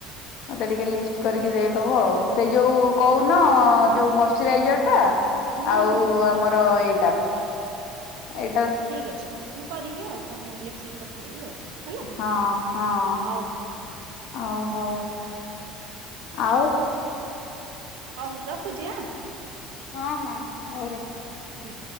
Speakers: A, on the left (about 65°); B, on the right (about 75°).
A: ମତେ ଟିକେ ଲିଷ୍ଟ କରିକି ଦେଇଦବ ଆଉ ସେଇ ଯୋଉ କଉନ ଯୋଉ ମଇଶ୍ଚରାଇଜର ଟା
B: ହୁଁ
A: ଆଉ
B: ହୁଁ ହୁଁ
A: ଆମର
B: ହୁଁ
A: ଏଇଟା ଏଇଟା
B: ଠିକ୍ ଅଛି। ମୁଁ କରିବି ଆଉ ତମକୁ ଲେଖିକି ପଠେଇବି ଆଉ। ହେଲା
A: ହଁ ହଁ
B: ହଉ
A: ଓହୋ ଆଉ
B: ହଉ ରଖୁଛି ଆଁ।
A: ହଁ ହଁ ହଉ ର
B: ହୁଁ।